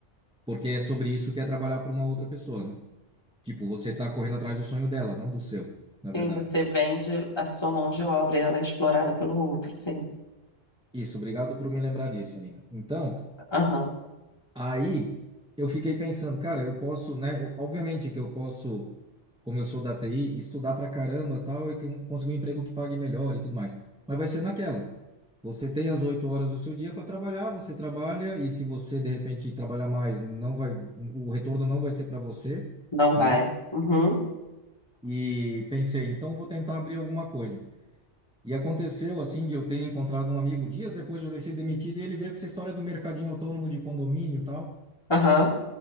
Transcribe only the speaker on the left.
Sim,
você vende a sua mão de obra e ela é explorada pelo outro, sim.
Aham,
não
vai. Uhum,
aham,